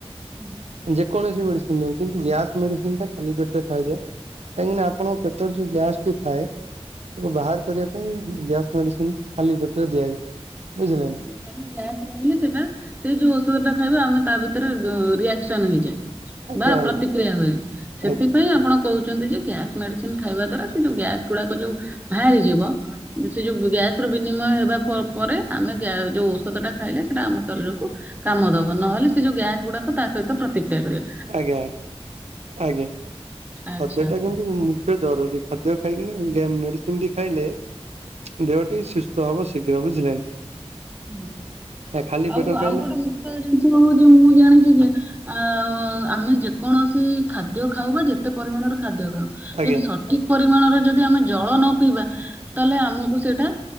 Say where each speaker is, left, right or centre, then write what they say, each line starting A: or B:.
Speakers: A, on the right; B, on the right.
A: ହୁଁ।
B: ଯେକୌଣସି ମେଡିସିନ ହଉ କିନ୍ତୁ ଗ୍ୟାସ୍ ମେଡିସିନ ଟା ଖାଲି ପେଟରେ ଖଇବେ କାହିଁକିନା ଆପଣଙ୍କ ପେ ପଟ ଯୋଉ ଗ୍ୟାସ୍ ଟି ଥାଏ ତାକୁ ବାହାର କରିବା ପାଇଁ ଗ୍ୟାସ୍ ମେଡିସିନ ଖାଲି ପେଟରେ ଦିଆଯାଏ। ବୁଝିଲେଣି?
A: ହୁଁ କାରଣ ଗ୍ୟାସ ରହିଲେ ସେଟା ସେଇ ଯୋଉ ଔଷଧ ଟା ଖାଇବା ଆମେ ତା ଭିତରେ ସନ ହେଇଯାଏ
B: ଆଜ୍ଞା
A: ବା
B: ଆଜ୍ଞା
A: ପ୍ରତିକ୍ରିୟା ହୁଏ ସେଥିପାଇଁ
B: ଆଜ୍ଞା ଆଜ୍ଞା
A: ଆପଣ କହୁଛନ୍ତି ଯେ ଗ୍ୟାସ ମେଡିସିନ ଖାଇବା ଦ୍ଵାରା ସେ ଯୋଉ ଗ୍ୟାସ ଗୁଡାକ ଯୋଉ ବାହାରିଯିବ ସେ ଯୋଉ ଗ୍ୟାସ ର ବିନିମୟ ହେବା ପରେ ଆମେ ଗ୍ୟା ଯୋଉ ଔଷଧ ଟା ଖାଇଲେ ନଥିଲେ ସେଟା ଆମ ଶରୀରକୁ କାମ ଦବ ନହେଲେ ସେ ଯୋଉ ଗ୍ୟାସ ଗୁଡା ତା ସହିତ ପ୍ରତିକ୍ରିୟା କରିବା।
B: ଆଜ୍ଞା ଆଜ୍ଞା ଆଜ୍ଞା
A: ଆଚ୍ଛା।
B: ଖଦ୍ୟଟା କିନ୍ତୁ ମୁଖ୍ୟ ଜରୁରୀ ଖାଦ୍ୟ ଖାଇକିନା ମେଡିସିନ ଟି ଖାଇଲେ ଦେହଟି ସୁସ୍ଥ ହବ ଶୀଘ୍ର ବୁଝିଲ ନା।
A: ହୁଁ
B: ଖାଲି ପେଟ
A: ଆଉ ଆଉ
B: ଖାଇଲେ
A: ଗୋଟେ ମୁଖ୍ୟ ଜିନିଷ କ ହଉଛି ମୁଁ ଜାଣିଛି ଯେ ଆ ଆମେ ଯେକୌଣସି ଖାଦ୍ୟ ଖାଉ ବା ଯେତେ ପରିମାଣରେ ଖାଦ୍ୟ ଖାଉ
B: ଆଜ୍ଞା
A: ଯଦି ସଠିକ୍ ପରିମାଣରେ ଯଦି ଆମେ ଜଳ ନ ପିଇବା ତାହେଲେ ଆମକୁ ସେଇଟା